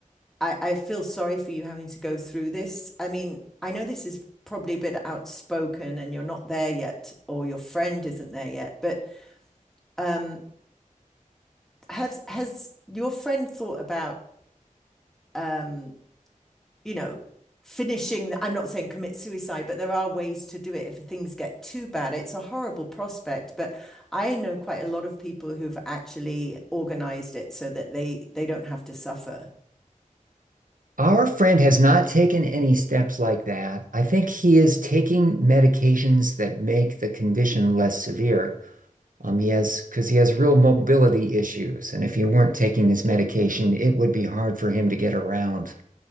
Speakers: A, in the centre; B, on the right (about 80°).
A: I, I feel sorry for you having to go through this. I mean, I know this is probably a bit outspoken and you're not there yet, or your friend isn't there yet, but um, has has your friend thought about um, you know, finishing the, I'm not saying commit suicide, but there are ways to do it if things get too bad. It's a horrible prospect, but I know quite a lot of people who've actually organized it so that they they don't have to suffer.
B: Our friend has not taken any steps like that. I think he is taking medications that make the condition less severe. Um, he has, because he has real mobility issues. And if he weren't taking this medication, it would be hard for him to get around.